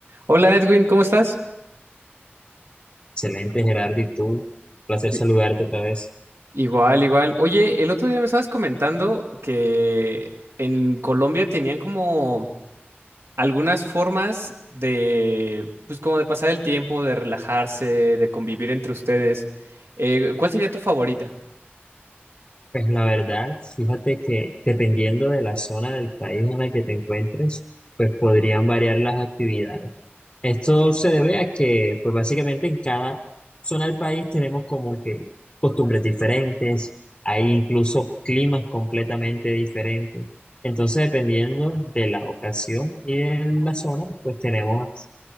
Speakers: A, on the right; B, on the left.
A: Hola Edwin, ¿cómo estás?
B: Excelente, Gerardo, y tú, placer
A: Sí.
B: saludarte otra vez.
A: Igual, igual. Oye, el otro día me estabas comentando que en Colombia tenían como algunas formas de, pues como de pasar el tiempo, de relajarse, de convivir entre ustedes. Eh, ¿cuál sería tu favorita?
B: Pues la verdad, fíjate que dependiendo de la zona del país en la que te encuentres, pues podrían variar las actividades. Esto se debe a que, pues básicamente en cada zona del país tenemos como que costumbres diferentes, hay incluso climas completamente diferentes. Entonces, dependiendo de la ocasión y de la zona, pues tenemos,